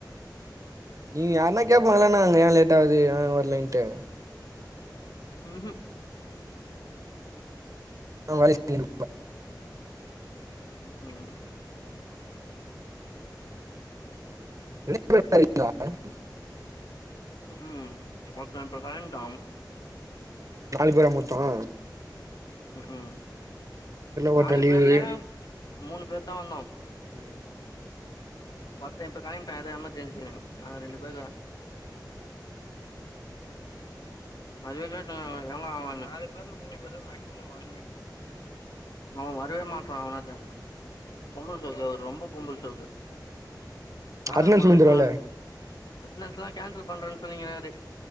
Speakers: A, on the right; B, on the left.
A: நீங்க யாருன்னா கேட்பாங்களான்னா அங்க ஏன் லேட் ஆவுது ஏன் வர்லன்ட்டு
B: ஹூ ஹும்
A: அவங்க வேலைய <inaudible>
B: உ உஹம்
A: <inaudible>
B: ஊ‌ உம் ஒருத்தன் இப்போ வரண்ட
A: நாலு பேரா மொத்தம்
B: உ உம்
A: ஒருத்த
B: நாலு
A: லீவு
B: பேர்ல மூணு பேர்தான் வந்தோம்
A: உம்
B: ஒருத்தன் இப்ப கெளம்பிட்டான் ஏதோ எமர்ஜென்சின்னு நாங்க ரெண்டு
A: ம்
B: பேரர்தான் அதுவே கேட்டாங்க எங்க அவனு நாலு பேருல மூணு பேர் தான் மேக்சிமம் வருமே அவன் வரவே மாட்ரான் வினோத்து பொம்பல சோக்கு அவ்ரு ரொம்ப பொம்பல சோக்கு <inaudible> பாக்கர
A: அட்னன்ஸ்
B: பொண்ணு
A: விழுந்துருல்ல
B: கிட்டலாம் அப்படி அட்னன்ஸ்லாம் கேன்சல் பண்றன்னு சொல்லிகனாறு